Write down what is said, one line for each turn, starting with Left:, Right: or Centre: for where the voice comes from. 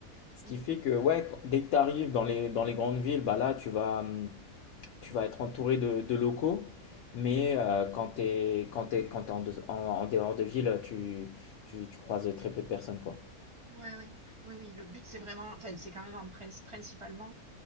Left: ce
Right: Mhm.
Left: qui fait que ouais, dès que tu arrives dans les dans les grandes villes, bah là, tu vas hum, tu vas être entouré de, de locaux, mais euh, quand tu es, quand t'es- quand t'es en, de- en- en dehors de ville, tu, tu, tu croises très peu de personnes, quoi.
Right: Ouais, ouais. Oui, oui. Le but, c'est vraiment, enfin, c'est quand même en prince- principalement